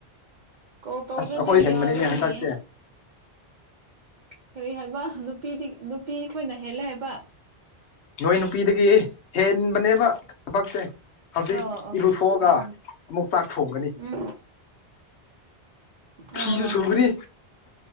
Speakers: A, on the right; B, on the left.
A: ꯀꯣꯜ ꯇꯧꯗ꯭ꯔꯗꯤ
B: ꯑꯁ ꯑꯩꯈꯣꯏ ꯍꯦꯟꯕꯅꯤꯅꯦ
A: ꯌꯥꯗ꯭ꯔꯦꯅꯦꯍꯦ
B: ꯍꯟꯗꯛꯁꯦ
A: ꯀꯔꯤ ꯍꯥꯏꯕ ꯅꯨꯄꯤꯗꯤ ꯅꯨꯄꯤ ꯑꯩꯈꯣꯏꯅ ꯍꯦꯜꯂꯦ ꯍꯥꯏꯕ
B: ꯅꯣꯏ ꯅꯨꯄꯤꯗꯒꯤ ꯍꯦꯟꯕꯅꯦꯕ ꯊꯕꯛꯁꯦ ꯍꯧꯖꯤꯛ
A: ꯑꯣ ꯑꯣ
B: ꯏꯔꯨꯊꯣꯛꯑꯒ
A: ꯎꯝ
B: ꯑꯃꯨꯛ ꯆꯥꯛ ꯊꯣꯡꯒꯅꯤ
A: ꯎꯝ
B: ꯐꯤꯖꯨ
A: ꯑꯣ
B: ꯁꯨꯒꯅꯤ